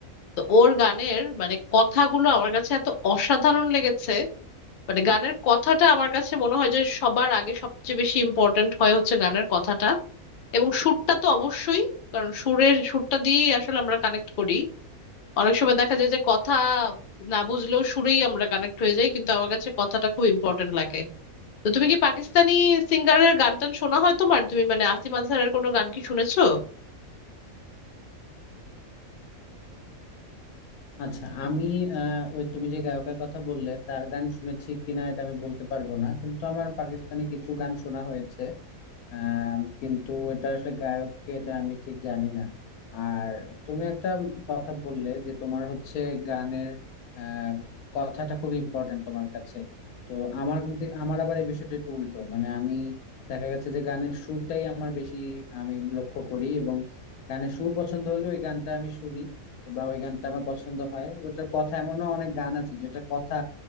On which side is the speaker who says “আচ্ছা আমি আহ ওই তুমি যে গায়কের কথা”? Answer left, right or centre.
Left